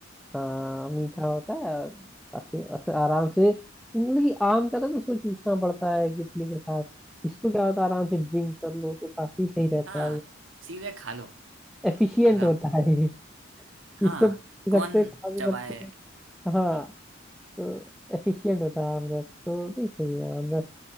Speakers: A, in the centre; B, on the right.
A: हाँ मीठा होता है और काफी ऐसे आराम से मतलब कि आम का था तो उसको चूसना पड़ता है गुठली के साथ इसको क्या होता है आराम से ड्रिंक कर लो तो काफी सही रहता
B: हाँ
A: है
B: सीधे खा लो
A: एफिशिएंट
B: खत्म
A: होता है ये।
B: हाँ
A: इसको पी
B: कौन
A: सकते हैं खा भी
B: चबाए
A: सकते हैं हाँ तो एफिशिएंट होता है आम रस तो नहीं सही है आम रस